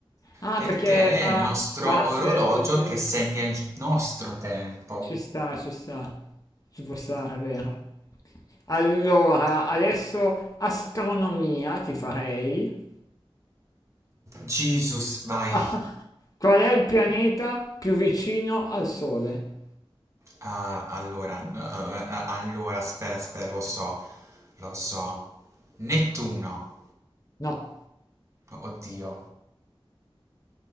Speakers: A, on the left; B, on the right.
A: Ah,
B: Perché
A: perché fa
B: è il nostro
A: batte,
B: orologio
A: sì, sì,
B: che segna il nostro tempo.
A: ci sta, ci sta, ci può stare, è vero. Allora, adesso astronomia ti farei.
B: Jesus, vai.
A: <laughs> Ah, qual è il pianeta più vicino al Sole?
B: Ah, allora, n- eh, eh, allora, aspetta, aspetta, lo so, lo so. Nettuno.
A: No,
B: Oddio.